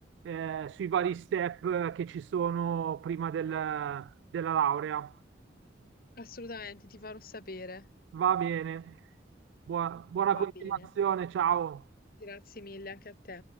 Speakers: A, on the right; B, on the left.
A: eh, sui vari step che ci sono prima del- della laurea.
B: Assolutamente, ti farò sapere.
A: Va bene. Buona, buona continuazione,
B: Va bene.
A: ciao.
B: Grazie mille anche a te.